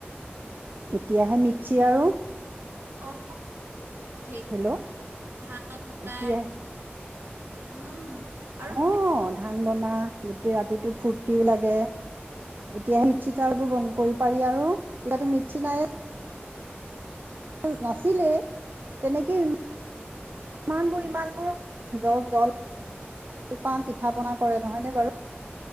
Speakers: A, on the right (about 55°); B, on the right (about 70°).
A: এতিয়াহে মিতচি আৰু।
B: অঁ ধেইক
A: হেল্ল'
B: ধাঁ নোলাই।
A: এতিয়া
B: উম! আৰু
A: অঁ ধান বনা গোটেই ৰাতিটো ফূৰ্তিও লাগে। এতিয়া সি চিতাৰ বোৰ বন কৰি পাৰি আৰু তেতিয়াতো মিতচি নায়ে। টো নাছিলে তেনেকেই ৰু মান বোৰ ইমান বোৰ জ জল পান পিঠা পনা কৰে নহয়নে বাৰু?